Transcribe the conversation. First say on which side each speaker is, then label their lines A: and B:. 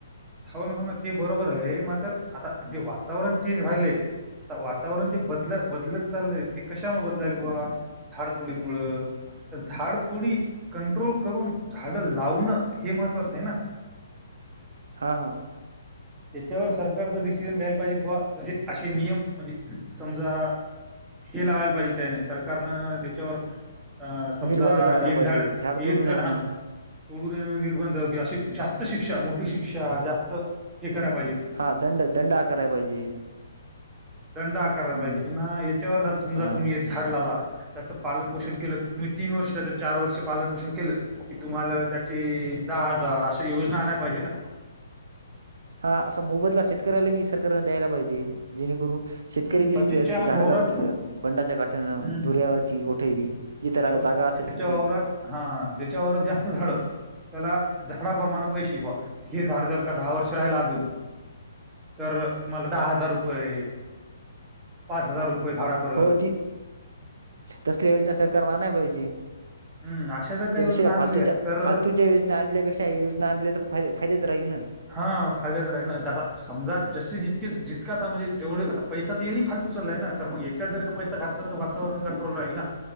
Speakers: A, on the right; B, on the right.
A: हाव ना हाव ना ते बरोबर आहे मात्र आता जे वातावरण चेंज व्हालेय वातावरण जे बदल बदलत चाललंय ते कशामुळ बदलालय बुवा? झाड तोडी मुळं झाड थोडी कंट्रोल करून झाड लावणं हे महत्वाचं आहे ना.
B: हा हा!
A: हेच्यावर सरकारचा डिसिजन घ्यायला पाहिजे बावा म्हणजे असे नियम म्हणजे समजा हे लावायला पाहिजे त्यायन सरकारनं त्याच्यावर अ समजा
B: निर्बंध लावायला
A: एक
B: पाहिजे
A: झाड
B: तोडू
A: एक झाड
B: नये म्हणून
A: हा तोडू नये म्हणून निर्बंध कि अशी जास्त शिक्षा मोठी शिक्षा जास्त हे कराय पाहिजेत.
B: हा दंड दंड आकाराय पाहिजे.
A: दंड आकारय
B: हम्म
A: पाहिजे पुन्हा याच्यावर अ समजा
B: हा
A: तुम्ही एक झाड लावला त्याचं पालन, पोषण केलं तुम्ही तीन वर्ष नाय तर चार वर्ष पालन पोषण केलं की तुम्हाला त्याचे दहा हजार अशा योजना आणाय पाहिजे ना.
B: हा असा मोबदला शेतकऱ्याला बी सरकारन द्यायला पाहिजे. जेणेकरून शेतकरी
A: हम्म, किंवा
B: बी झाडं
A: ज्याच्या वावरात
B: लावतील बंडाच्या काठानं
A: हम्म,
B: धुऱ्यावर ती मोठी बी जिथे
A: हो
B: जागा
A: ना
B: असेल
A: ज्याच्या
B: तिथे
A: वावरात हा ज्याच्या वावरात जास्त झाड त्याला झाडाप्रमाण पैसे बुवा हे झाड जर का दहा वर्ष राहिल अजून तर तुम्हाला दहा हजार रुपये, पाच हजार रुपये झाडा परत
B: हो ती तसल्या योजना सरकारन आणाय पाहिजे.
A: हम्म अशा जर काही
B: त्या दुसऱ्या
A: योजना आणल्या
B: फालतूच्या
A: तर
B: फालतूच्या योजना आणल्यापेक्षा ह्या योजना आणल्या तर फा फायद्यात राहील ना.
A: हा फायद्यात राहील ना समजा जशी जितक जी का आता म्हणजे जेढता पैसा फालतू चालाय ना तर मग याच्यात जर का पैसा घातला तर वातावरण कंट्रोल राहील ना.